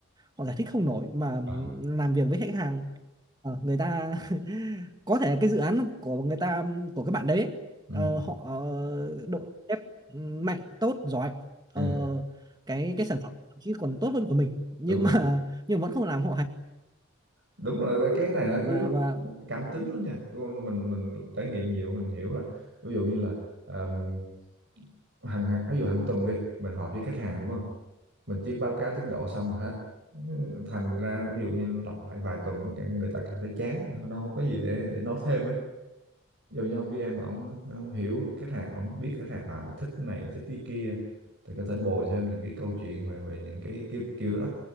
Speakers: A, on the right; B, on the right.
A: họ giải thích không nổi mà
B: à,
A: làm việc với khách hàng ờ, người ta <laughs> có thể cái dự án của người ta của các bạn đấy ấy,
B: ừ,
A: ờ, họ ờ, độ ép mạnh tốt giỏi ờ,
B: à,
A: cái cái sản phẩm thậm chí còn tốt hơn của mình nhưng
B: đúng rồi
A: mà <laughs> nhưng vẫn không làm họ hài
B: đúng rồi cái cái này nó
A: và
B: kiểu là
A: và
B: một cái cảm tính lắm nha Con mình mình trải nghiệm nhiều mình hiểu là ví dụ như là um, hàng ví dụ hàng tuần đi mình họp với khách hàng đúng không mình chỉ báo cáo tiến độ xong là hết thành ra ví dụ như lặp lại vài tuần cái người ta cảm thấy chán nó không có gì để để nói thêm á dù như ông BM mà ông, ông hiểu khách hàng ông biết khách hàng à mà thích cái này thích cái kia thì có thể bồi thêm những cái câu chuyện về về những cái kiểu, kiểu đó